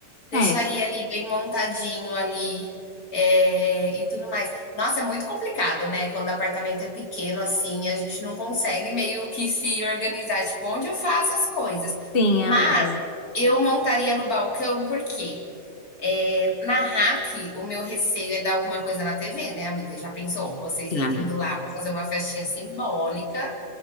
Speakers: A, on the left; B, on the left.
A: deixaria
B: É,
A: ali bem montadinho ali, é, e tudo mais. Nossa, é muito complicado, né? Quando o apartamento é pequeno assim, a gente não consegue meio que se organizar, tipo, onde eu faço as coisas.
B: sim,
A: Mas
B: amiga.
A: eu montaria no balcão, por quê? É, Na Hack, o meu receio é dar alguma coisa na TV, né, amiga? Já pensou? Vocês
B: Sim, amiga.
A: indo lá para fazer uma festinha simbólica